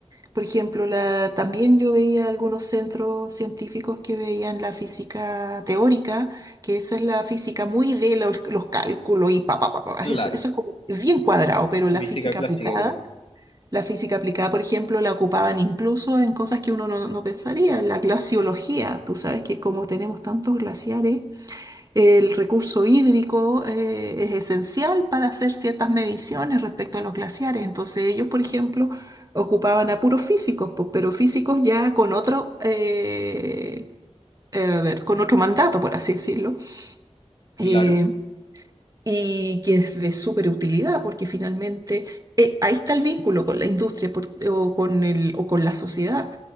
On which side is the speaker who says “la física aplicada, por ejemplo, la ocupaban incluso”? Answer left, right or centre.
Right